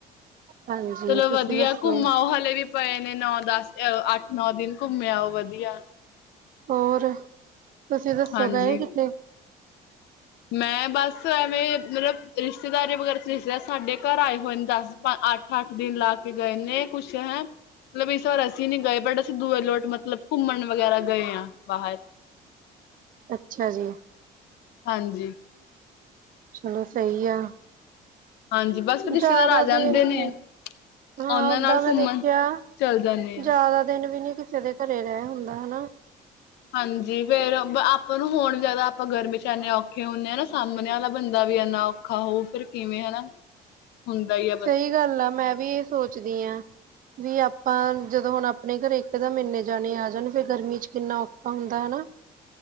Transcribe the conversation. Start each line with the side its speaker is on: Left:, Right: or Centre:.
Right: ਹਾਂਜੀ
Left: ਚਲੋ ਵਧੀਆ
Right: ਤੁਸੀਂ ਦੱਸੋ
Left: ਘੁੰਮਾ ਆਓ ਹਲੇ ਵੀ ਪਏ ਨੇ, ਨੌ ਦਸ ਅੱਠ ਨੌ ਦਿਨ ਘੁੰਮ ਆਓ ਵਧੀਆਂ।
Right: ਹੋਰ ਤੁਸੀਂ ਦੱਸੋ
Left: ਹਾਂਜੀ।
Right: ਗਏ ਕਿਥੇ।
Left: ਮੈਂ ਬਸ ਐਵੇਂ ਮਤਲਬ ਰਿਸ਼ਤੇਦਾਰ ਵਗੈਰਾ ਰਿਸ਼ਤੇਦਾਰ ਸਾਡੇ ਘਰ ਆਏ ਹੋਏ ਨੇ ਦੱਸ ਅੱਠ- ਅੱਠ ਦਿਨ ਲਾ ਕੇ ਗਏ ਨੇ ਕੁੱਛ ਹੈਂ। ਮਤਲਬ ਇਸ ਵਾਰ ਅਸੀਂ ਨੀ ਗਏ, ਬਟ ਅਸੀਂ ਦੂੂਰ ਲੋਟ ਮਤਲਬ ਘੁੰਮਣ ਵਗੈਰਾ ਗਏ ਆ ਬਾਹਰ।
Right: ਅੱਛਾ ਜੀ।
Left: ਹਾਂਜੀ।
Right: ਚਲੋ ਸਈ ਆ।
Left: ਹਾਂਜੀ। ਬਸ ਰਿਸ਼ਤੇਦਾਰ
Right: ਜ਼ਿਆਦਾ
Left: ਆ ਜਾਂਦੇ
Right: ਦਿਨ
Left: ਨੇ
Right: ਨੀਂ। ਹਾਂ
Left: ਉਹਨਾਂ
Right: ਓਦਾਂ
Left: ਨਾਲ
Right: ਮੈਂ
Left: ਘੁੰਮਣ
Right: ਦੇਖਿਆ,
Left: ਚੱਲ ਜਾਂਦੇ ਆ।
Right: ਜ਼ਿਆਦਾ ਦਿਨ ਵੀ ਨੀ ਕਿਸੇ ਦੇ ਘਰੇਂ ਰਹਿ ਹੁੰਦਾਂ, ਹਨਾ।
Left: ਹਾਂਜੀ ਫੇਰ ਆਪਾਂ ਨੂੰ ਹੋਣ ਜ਼ਿਆਦਾ ਆਪਾਂ ਗਰਮੀ ਚ ਐਨੇ ਔਖੇ ਹੁੰਨੇ ਆ ਨਾ, ਸਾਹਮਣੇ ਆਲਾ ਬੰਦਾਂ ਵੀ ਐਨਾ ਔਖ ਖਾਹੋ ਫ਼ਿਰ ਕਿਵੇਂ ਆ ਨਾ। ਹੁੰਦਾ ਹੀ
Right: ਸਹੀ ਗੱਲ ਆ, ਮੈਂ ਵੀ ਏ ਸੋਚਦੀ ਆ। ਵੀ ਆਪਾਂ ਜਦੋਂ ਹੁਣ ਆਪਣੇ ਘਰ ਇੱਕ ਦਮ ਏਨੇ ਜਾਣੇ ਆ ਜਾਣ ਫੇਰ ਗਰਮੀਂ ਚ ਕਿੰਨਾ ਔਖ ਆਉਂਦਾ ਨਾ।